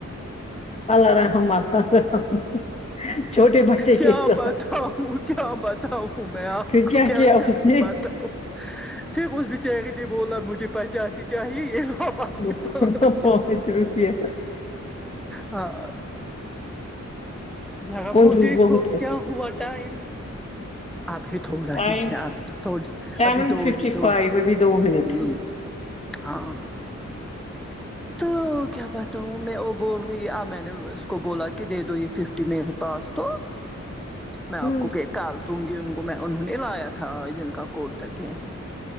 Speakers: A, on the left; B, in the centre.
A: اللہ رحم اللہ رحم چھوٹے بچے
B: کیا
A: کے ساتھ
B: بتاؤں کیا بتا ؤ میں آپ
A: پھر کیا
B: کو کیسے
A: کیا اس
B: داماد
A: نے
B: پھر اس بیچاری نے بولا مجھے پچاس ہی چاہیے یہ اپنے
A: دوپر
B: پانچ
A: پہنچ روپے
B: ہاں جگہ
A: کنجوس
B: بو دیکھو
A: بہت ہے
B: کیا ہوا ٹائم ابھی تھوڑا
A: ٹائم
B: ہی ہے اب تھ
A: سیون
B: ابھی دو
A: ففٹی
B: ہی دو
A: فائیو ابھی دو منٹ
B: ھمم
A: ہے
B: ہاں تو کیا بتا ہوں میں وہ بول رہی آ میں نے اس کو بولا کہ دے دو یہ ففت میرے پاس تو میں آپ
A: ہاں
B: کو کہ کال دوں گی ان کو میں انہوں نے ہی لایا تھا آج جن کا کوٹا کیا